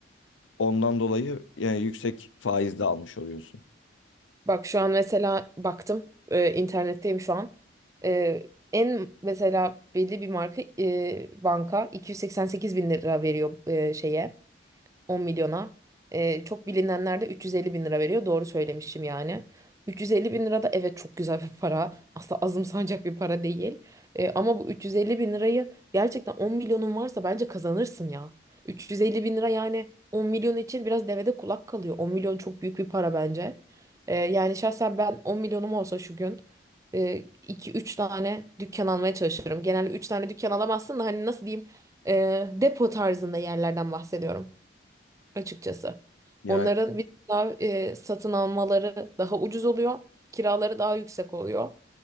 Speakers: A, on the left; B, on the right.
A: Ondan dolayı yani yüksek faiz de almış oluyorsun.
B: Bak şu an mesela baktım e, internetteyim şu an. E, en mesela belli bir marka e, banka 288 bin lira veriyor e, şeye 10 milyona. Ee, çok bilinenler de 350 bin lira veriyor. Doğru söylemişim yani. 350 bin lira da evet çok güzel bir para. Asla azımsanacak bir para değil. Ee, ama bu 350 bin lirayı gerçekten 10 milyonun varsa bence kazanırsın ya. 350 bin lira yani 10 milyon için biraz devede kulak kalıyor. 10 milyon çok büyük bir para bence. Ee, yani şahsen ben 10 milyonum olsa şu gün iki üç tane dükkan almaya çalışırım. Genelde 3 tane dükkan alamazsın da hani nasıl diyeyim e, depo tarzında yerlerden bahsediyorum açıkçası.
A: Yani
B: Onların bir daha e, satın almaları daha ucuz oluyor. Kiraları daha yüksek oluyor.